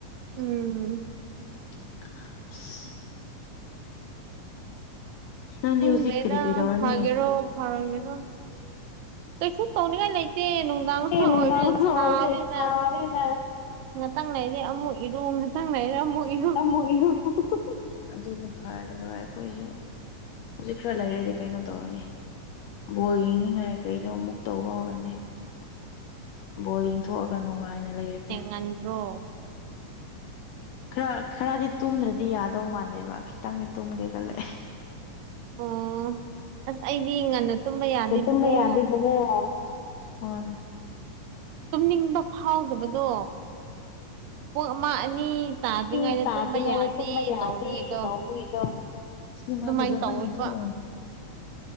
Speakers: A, on the right; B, on the left.
A: ꯎꯝ
B: ꯑ ꯅꯪꯗꯤ
A: ꯍꯪ
B: ꯍꯧꯖꯤꯛ
A: ꯃꯦꯗꯥ
B: ꯀꯔꯤ ꯀꯔꯤ ꯇꯧꯔꯅꯤ
A: ꯐꯔꯣ ꯍ ꯌꯦꯅ ꯇꯁꯨ ꯇꯧꯅꯤꯒ ꯂꯩꯇꯅ
B: ꯑꯦ
A: ꯑꯣꯏꯔ
B: ꯅꯨꯡꯗꯥꯡ ꯑꯣꯏꯕꯅꯤꯅ
A: ꯁꯕꯦꯅ
B: ꯁꯥꯕꯅꯤꯅ
A: ꯉꯥꯛꯇꯪ ꯂꯩꯔꯦ ꯑꯃꯨꯛ ꯏꯔꯨ ꯉꯥꯛꯇꯪ ꯂꯩꯔꯦ ꯑꯃꯨꯛ ꯏꯔꯨ
B: ꯇꯃꯅꯨ ꯑꯗꯨꯅ ꯐꯔꯦ ꯍꯣꯏ ꯑꯩꯈꯣꯏꯁꯨ ꯍꯧꯖꯤꯛ ꯈꯔ ꯂꯩꯔꯗꯤ ꯀꯩꯅꯣ ꯇꯧꯔꯅꯤ ꯕꯣꯜ ꯌꯦꯡꯅꯤꯡꯉꯥꯏ ꯀꯩꯗꯣ ꯑꯃꯨꯛ ꯇꯧꯕ ꯍꯧꯔꯅꯤ ꯕꯣꯜ ꯌꯦꯡꯊꯣꯛꯑꯒ ꯅꯨꯡꯉꯥꯏꯅ ꯂꯩꯔꯒꯦ
A: ꯅꯟ꯭ꯔꯣ
B: ꯈꯔ ꯈꯔꯗꯤ ꯇꯨꯝꯗ꯭ꯔꯗꯤ ꯌꯥꯗꯧ ꯃꯥꯟꯗꯦꯕ ꯈꯤꯇꯪꯗꯤ ꯇꯨꯝꯒꯦ ꯈꯜꯂꯛꯑꯦ
A: ꯑꯣ ꯑꯁ ꯑꯩꯗꯤ ꯉꯟꯅ ꯇꯨꯝꯕ ꯌꯥꯗꯦꯕꯀꯣ
B: ꯇꯨꯝꯅ ꯌꯥꯗꯦ ꯃ ꯍꯣꯏ
A: ꯇꯨꯝꯅꯤꯡꯕ ꯐꯥꯎꯗꯕꯗꯣ ꯄꯨꯡ ꯑꯃ ꯑꯅꯤ ꯇꯥꯗ꯭ꯔꯤꯉꯩꯗ
B: ꯃꯤ ꯇꯥꯗ꯭ꯔꯤꯉꯩꯗ
A: ꯇꯨꯝꯕ ꯌꯥꯗꯦ
B: ꯇꯨꯝꯕ ꯌꯥꯗꯦ
A: ꯇꯧꯕꯒꯤꯗꯣ
B: ꯇꯧꯕꯒꯤꯗꯣ ꯁꯤꯅꯦꯃꯥ
A: ꯑꯗꯨꯃꯥꯏꯅ
B: ꯐꯖꯕ
A: ꯇꯧꯕ
B: ꯌꯦꯡꯊꯣꯛꯑꯣ